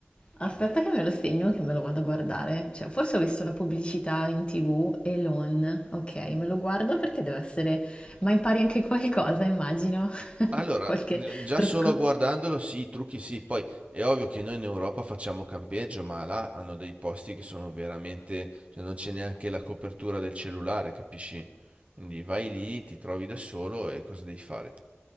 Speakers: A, on the left (about 25°); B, on the right (about 30°).
A: Aspetta che me lo segno, che me lo vado a guardare. Cioè, forse ho visto la pubblicità in TV, Elon. Ok, me lo guardo perché deve essere... Ma impari anche qualcosa, immagino. <laughs>
B: Allora,
A: Qualche
B: d- già
A: trucco.
B: solo guardandolo, sì, i trucchi sì, poi è ovvio che noi in Europa facciamo campeggio, ma là hanno dei posti che sono veramente, cioè non c'è neanche la copertura del cellulare, capisci? Quindi vai lì, ti trovi da solo e cosa devi fare?